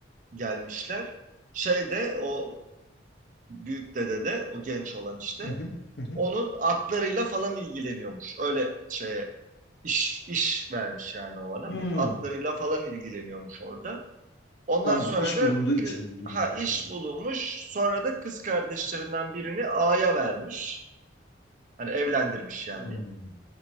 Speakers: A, on the right; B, on the left.
A: gelmişler şeyde o büyük dede de o genç olan işte
B: hı hı, hı hı.
A: onun atlarıyla falan ilgileniyormuş. Öyle şeye iş iş vermiş yani o ona.
B: Hmm,
A: Atlarıyla falan ilgileniyormuş orada. Ondan
B: anladım.
A: sonra
B: İş
A: da
B: bulunduğu için
A: kı-
B: durulmuş
A: ha iş
B: yani.
A: bulunmuş. Sonra da kız kardeşlerinden birini ağaya vermiş. Hani evlendirmiş yani.
B: Hmm,